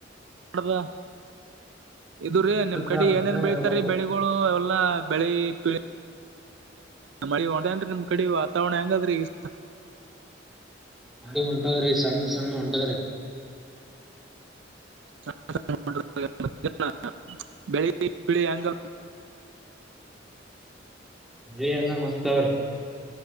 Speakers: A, on the right (about 70°); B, in the centre.
A: ಮಾಡದ ಇದು್ರೀ
B: ಏನಿಲ್ರಪ್ಪ
A: ನಿಮ್ ಕಡೆ ಏನೇನ್
B: ನೀವೇ
A: ಬೆಳತಾರೀ
B: ಹೇಳ್ಬೇಕು
A: ಬೆಳೆ. ಎಲ್ಲಾ ಬೆಳಿತಿವಿ ಮಿ ಒೇನ್ಿ ನಿಮ್ ಕಡೆ ವಾತಾವರಣ ಹೆಂಗಾದ್ರಿ ಈಗ.
B: ಮಾಡ ಹೊಂಟದ್ರ ಈ ಸಣ್ಣ ಸಣ್ಣ ಹೊಂಟದ್ರೆ.
A: <unintelligible> ಬೆಳಗ್ಳಿ ಅಂಗ.
B: ನೀ ಎಲ್ಲಾ ಮಸ್ತ್ ಅವ್ರಿ.